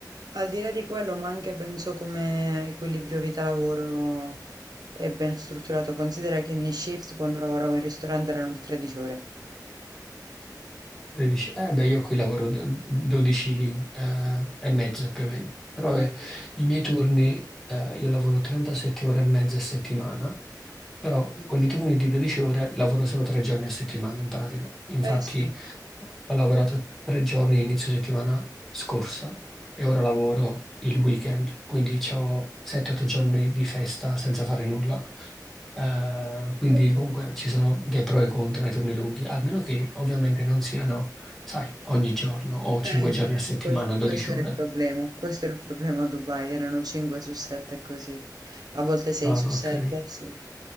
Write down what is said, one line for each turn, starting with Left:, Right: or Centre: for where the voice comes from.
Right: al di là di quello, ma anche penso come equilibrio vita-lavoro è ben strutturato. Considera che i miei shift quando lavoravo in ristorante erano di 13 ore.
Centre: E dici, eh beh, io qui lavoro do- 12 eh, e mezzo più o meno, però
Right: Eh,
Centre: eh,
Right: vedi.
Centre: i miei turni, eh, io lavoro 37 ore e mezza a settimana, però
Right: Ok.
Centre: con i turni di 12 ore lavoro solo tre giorni a settimana in pratica. Infatti
Right: Eh sì,
Centre: Ho lavorato tre giorni inizio settimana scorsa e ora lavoro il weekend, quindi ho 7-8 giorni di festa senza fare nulla. Eh, quindi
Right: ok.
Centre: comunque ci sono dei pro e contro ai turni lunghi, almeno che ovviamente non siano, sai, ogni giorno o 5
Right: Eh,
Centre: giorni a settimana,
Right: che quest-
Centre: 12
Right: questo, era
Centre: ore.
Right: il problema, questo era il problema a Dubai, erano 5 su 7 così, a volte 6
Centre: Ah,
Right: su 7,
Centre: ok.
Right: sì,